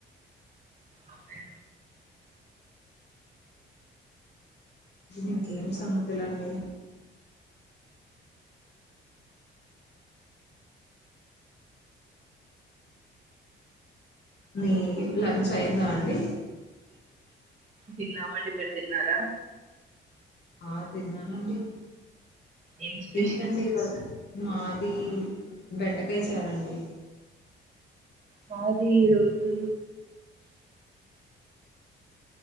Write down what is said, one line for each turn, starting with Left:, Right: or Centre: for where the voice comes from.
Right: అవునా?
Left: ఇంకేం సంగుతులండి మీ లంచ్ అయిందా అండి
Right: తిన్నం మండి పెర్తున్నదా <unintelligible>
Left: ఆ తిన్నానండి
Right: ఏం స్పెషల్
Left: ఏంటండి ఇ మా <unintelligible> బెండకాయ చారండి
Right: మాది ఈరోజు